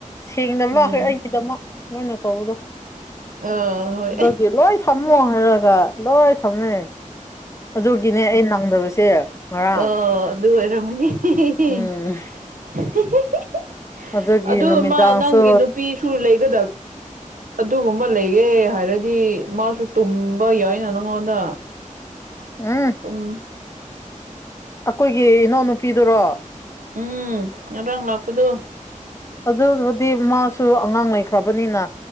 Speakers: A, on the left; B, on the right.
A: ꯁꯦꯡꯗꯃꯛ
B: ꯎꯝ
A: <unintelligible> ꯑꯩꯒꯤꯗꯃꯛ ꯃꯣꯏꯅ ꯇꯧꯕꯗꯣ
B: ꯑ ꯍꯣꯏ
A: ꯑꯗꯨꯒꯤ ꯂꯣꯏ ꯊꯝꯃꯣ ꯍꯥꯏꯔꯒ ꯂꯣꯏ ꯊꯝꯃꯦ ꯑꯗꯨꯒꯤꯅꯦ ꯑꯩ ꯅꯪꯗꯕꯁꯦ ꯉꯔꯥꯡ
B: ꯑꯣ ꯑꯗꯨ ꯑꯣꯏꯔꯝꯒꯅꯤ <unintelligible>
A: ꯎꯝ ꯑꯗꯨꯒꯤ
B: ꯑꯗꯨ
A: ꯅꯨꯃꯤꯗꯥꯡꯁꯨ
B: ꯃꯥ ꯅꯪꯒꯤ ꯅꯨꯄꯤꯁꯨ ꯂꯩꯒꯗꯕ ꯑꯗꯨꯒꯨꯝꯕ ꯂꯩꯌ‌ꯦ ꯍꯥꯏꯔꯗꯤ ꯃꯥꯁꯨ ꯇꯨꯝꯕ ꯌꯥꯏꯅ ꯅꯪꯉꯣꯟꯗ
A: ꯑꯝ
B: <unintelligible>
A: ꯑꯩꯈꯣꯏꯒꯤ ꯏꯅꯧꯅꯨ ꯄꯤꯗꯨꯔꯣ
B: ꯎꯝ ꯉꯔꯥꯡ ꯂꯥꯛꯄꯗꯨ
A: ꯑꯗꯨꯕꯨꯗꯤ ꯃꯥꯁꯨ ꯑꯉꯥꯡ ꯂꯩꯈ꯭ꯔꯕꯅꯤꯅ